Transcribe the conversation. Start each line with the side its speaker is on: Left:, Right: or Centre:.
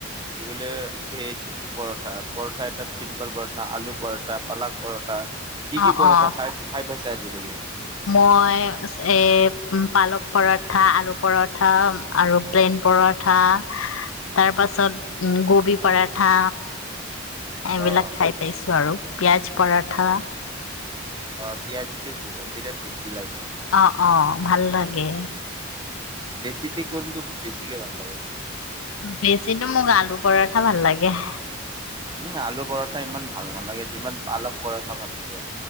Right: কি বোলে ভেজ পৰঠা পৰঠা এটা চিম্পল পৰঠা আলু পৰঠা পালাক পৰঠা কি
Left: অ
Right: কি পৰথা
Left: অ
Right: খাই জয় জুলকে
Left: মই এ পালক পৰঠা আলু পৰঠা আৰু প্লেইন পৰঠা তাৰ পাছত গোবি পৰঠা এইবিলাক
Right: অ',
Left: খাই পাইছো আৰু পিয়াজ পঠা
Right: অ পিয়াজিটো বিৰাট টেষ্টি লাগে
Left: অ অ ভাল লাগে
Right: বেছিতে কোনতো বেছিকে ভাল লাগে
Left: বেছিতো মোক আলু পৰঠা ভাল লাগে
Right: উম আলু পৰঠা ইমান ভাল নালাগে যিমান পালক পৰঠা ভাল লাগে